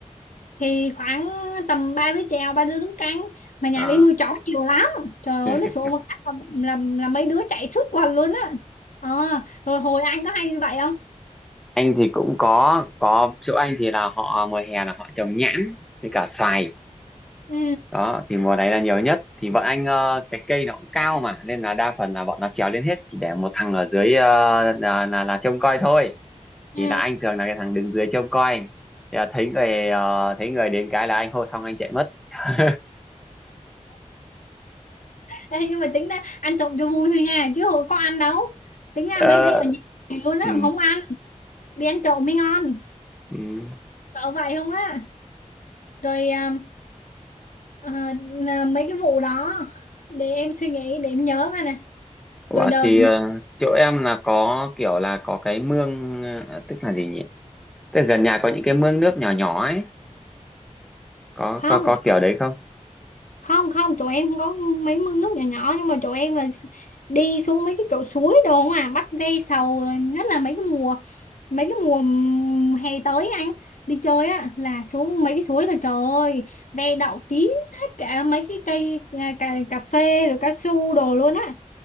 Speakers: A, on the left (about 85°); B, in the centre.
A: thì khoảng tầm ba đứa chèo ba đứa đứng canh mà nhà
B: Ờ.
A: đi nuôi chó nhiều lắm trời
B: <laughs>
A: ơi nó sủa một cách là, là, là mấy đứa chạy suốt quần luôn á ờ rồi hồi anh có hay như vậy không
B: anh thì cũng có có chỗ anh thì là họ mùa hè là họ trồng nhãn với cả xoài
A: ừ
B: đó thì mùa này là nhiều nhất thì bọn anh ờ, cái cây nó cũng cao mà nên là đa phần là bọn nó trèo lên hết chỉ để một thằng ở dưới ờ, là, là là trông coi thôi
A: ừ
B: thì là anh thường là cái thằng đứng dưới trông coi thì là thấy người ờ, thấy người đến cái là anh hô xong anh chạy mất <laughs>
A: Ê, nhưng mà tính ra ăn trộm cho vui thôi nha chứ hồi có ăn đâu tính ra
B: Ờ,
A: mấy đấy ở nhà luôn á
B: ừ,
A: mà không ăn đi ăn trộm mới ngon
B: ừ.
A: cậu vậy không á rồi à, à, à, mấy cái vụ đó để em suy nghĩ để em nhớ coi nè
B: Ủa,
A: rồi đợt
B: thì ờ, chỗ em là có kiểu là có cái mương ờ, tức là gì nhỉ tức là gần nhà có những cái mương nước nhỏ nhỏ ấy có
A: không
B: có có kiểu đấy
A: không không tụi em có mấy mương nước nhỏ nhỏ nhưng mà tụi em là s- đi xuống mấy cái chỗ suối đồ không à bắt ve sầu rồi nhất là mấy cái mùa mấy cái mùa ừm, hè tới anh đi chơi á là xuống mấy cái suối là trời ơi ve đậu kín hết cả mấy cái cây à, cà, cà phê rồi cao su đồ luôn á